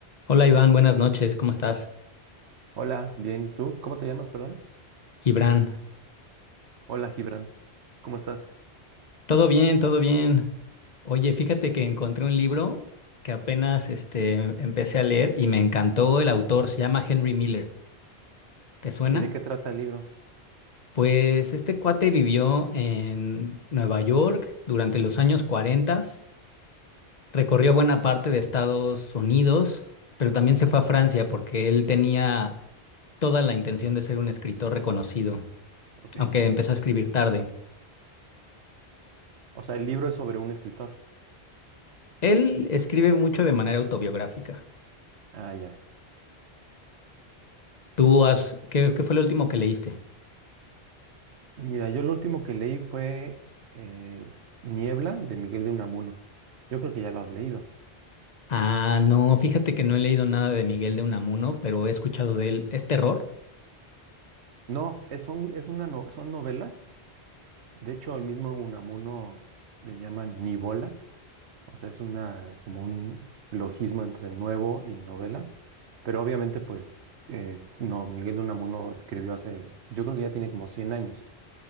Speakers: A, on the left (about 40°); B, on the right (about 85°).
A: Hola Iván, buenas noches, ¿cómo estás?
B: Hola, bien, ¿y tú? ¿Cómo te llamas, perdón?
A: Gibran,
B: Hola, Gibran. ¿Cómo estás?
A: todo bien, todo bien. Oye, fíjate que encontré un libro que apenas este, empecé a leer y me encantó el autor, se llama Henry Miller. ¿Te suena?
B: ¿Y de qué trata el libro?
A: Pues este cuate vivió en Nueva York durante los años 40, recorrió buena parte de Estados Unidos, pero también se fue a Francia porque él tenía toda la intención de ser un escritor reconocido,
B: Ok.
A: aunque empezó a escribir tarde.
B: O sea, el libro es sobre un escritor.
A: Él escribe mucho de manera autobiográfica.
B: Ah, ya.
A: ¿Tú has, qué, qué fue lo último que leíste?
B: Mira, yo lo último que leí fue eh, Niebla de Miguel de Unamuno. Yo creo que ya lo has leído.
A: Ah, no, fíjate que no he leído nada de Miguel de Unamuno, pero he escuchado de él. ¿Es terror?
B: No, es, son, es una no- son novelas. De hecho, el mismo Unamuno le llaman nivolas. O sea, es una como un logismo entre nuevo y novela, pero obviamente pues eh, no, Miguel de Unamuno escribió hace, yo creo que ya tiene como 100 años